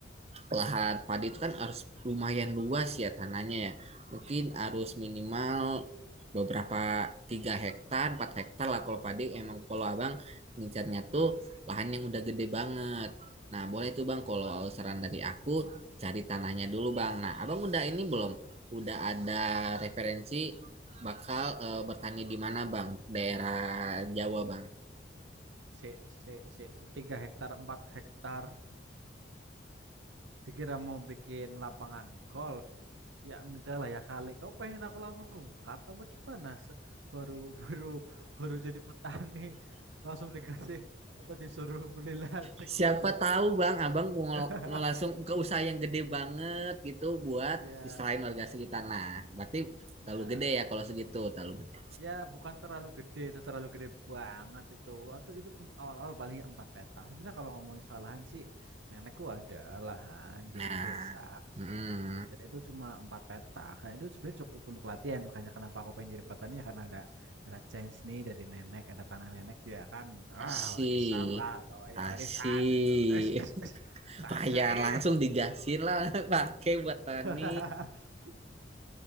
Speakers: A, on the right (about 35°); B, on the right (about 80°).
A: lahan padi itu kan harus lumayan luas ya tanahnya ya. Mungkin harus minimal beberapa tiga hektar, 4 hektar lah kalau padi emang kalau abang ngincarnya tuh lahan yang udah gede banget. Nah, boleh tuh bang kalau saran dari aku cari tanahnya dulu bang. Nah, abang udah ini belum? Udah ada referensi bakal eh, bertani di mana bang? Daerah Jawa bang.
B: Se, se, se, tiga hektar empat hektar dikira mau bikin lapangan golf ya enggak lah ya kali kau pengen aku langsung rungkat apa gimana Se- baru <laughs> baru baru jadi petani langsung dikasih atau disuruh beli lasik
A: Siapa
B: gitu
A: tahu Bang, Abang mau,
B: <laughs>
A: mau langsung buka usaha yang gede banget gitu buat
B: ya
A: diserahin warga sekitar. Nah, berarti
B: ya
A: terlalu gede ya kalau
B: sih
A: segitu, terlalu gede.
B: ya bukan terlalu gede itu terlalu gede banget itu atau itu untuk awal-awal paling ya empat peta sebenarnya kalau ngomongin soal lahan sih nenekku ada lahan di
A: Nah,
B: desa
A: mm,
B: Dan itu cuma empat peta. Karena itu sebenarnya cukup untuk latihan. Makanya kenapa aku pengen jadi petani ya karena ada ada chance nih dari nenek, ada tanah nenek ya kan. Ah,
A: I see.
B: warisan lah atau
A: Asih.
B: ya warisan itu. Es, es,
A: <laughs>
B: es. Kasih.
A: Payan langsung digasin lah <laughs> pakai buat tani.
B: <laughs>